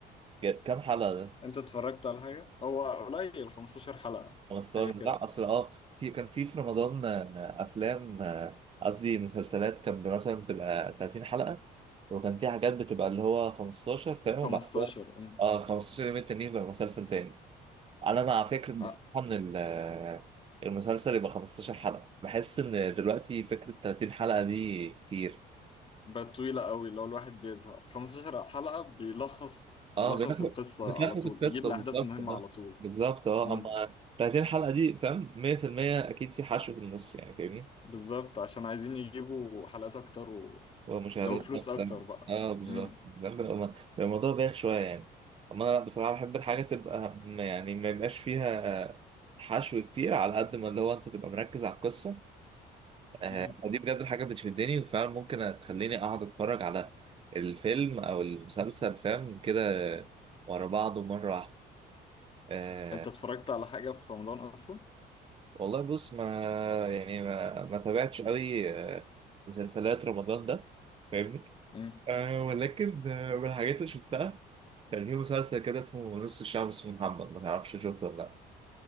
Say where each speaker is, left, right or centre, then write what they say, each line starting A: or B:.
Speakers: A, on the right; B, on the left.
A: ج- كام حلقة ده
B: أنت اتفرجت على حاجة؟ هو قليل 15 حلقة
A: 15
B: حاجة كده
A: لا اصل اه في كان في في رمضان آه، افلام آه، قصدي مسلسلات كان مثلا بتبقى 30 حلقة وكان في حاجات بتبقى اللي هو 15 فاهم وبعد
B: 15
A: كده
B: أم.
A: اه 15 يوم التانيين بقى مسلسل تاني انا مع فكرة بصراحة
B: آه،
A: ان ال- آه، المسلسل يبقى 15 حلقة بحس ان دلوقتي فكرة 30 حلقة دي كتير
B: بقت طويلة قوي لو الواحد بيزهق 15 حلقة بيلخص بيلخص
A: اه بنخلص
B: القصة
A: بتلخص
B: على طول
A: القصه
B: بيجيب الأحداث
A: بالظبط
B: المهمة
A: اه
B: على طول
A: بالظبط اه
B: امم
A: اما 30 حلقه دي فاهم 100% اكيد في حشو في النص يعني فاهمني
B: بالظبط عشان عايزين يجيبوا حلقات أكتر و...
A: ومشاهدات
B: اللي هو فلوس
A: اكتر
B: أكتر بقى
A: اه بالظبط
B: امم
A: فاهم؟ بيبقى- بيبقى الموضوع بايخ شويه يعني اما انا بصراحه بحب الحاجه تبقى م- يعني ما يبقاش فيها حشو كتير على قد ما اللي هو انت تبقى مركز على القصه آه
B: امم
A: دي بجد الحاجه بتشدني وفعلا ممكن تخليني اقعد اتفرج على الفيلم او المسلسل فاهم كده ورا بعضه مره واحده آه،
B: أنت اتفرجت على حاجة في رمضان أصلا؟
A: والله بص ما يعني ما, ما تابعتش قوي آه، مسلسلات رمضان ده فاهمني
B: امم
A: أه ولكن آه، من الحاجات اللي شفتها كان في مسلسل كده اسمه نص الشعب اسمه محمد ما تعرفش شفته ولا لا